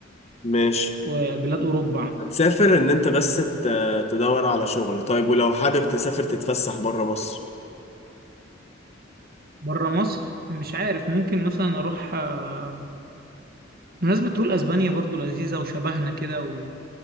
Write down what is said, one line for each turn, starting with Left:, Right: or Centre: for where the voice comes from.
Left: ماشي
Right: وبلاد أوروبا عم.
Left: تسافر ان انت بس ت- تدور على شغل طيب ولو حابب تسافر تتفسح بره مصر
Right: بره مصر مش عارف ممكن مثلا أروح آه، الناس بتقول اسبانيا برضو لذيذة وشبهنا كده